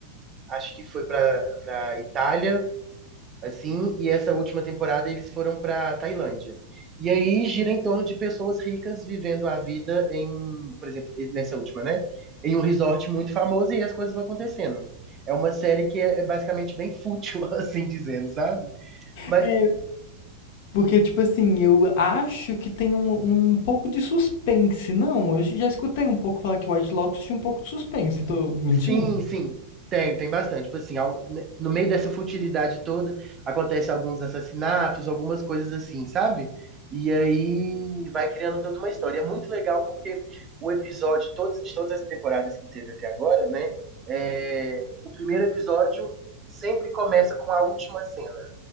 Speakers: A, on the right (about 25°); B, on the left (about 50°).
A: acho que foi para para Itália, assim, e essa última temporada eles foram para Tailândia. E aí gira em torno de pessoas ricas vivendo a vida em, por exemplo, nessa última, né? Em um resort muito famoso e as coisas vão acontecendo. É uma série que é, é basicamente bem fútil, <laughs> assim dizendo, sabe? Mas
B: É, porque, tipo assim, eu acho que tem um, um pouco de suspense. Não, eu já escutei um pouco falar que White Lotus tinha um pouco de suspense. Tô mentindo?
A: Sim, sim, tem, tem bastante. Tipo assim, ao- ne- no meio dessa futilidade toda, acontece alguns assassinatos, algumas coisas assim, sabe? E aí vai criando toda uma história. É muito legal porque o episódio, todos, de todas as temporadas que teve até agora, né? é, o primeiro episódio sempre começa com a última cena,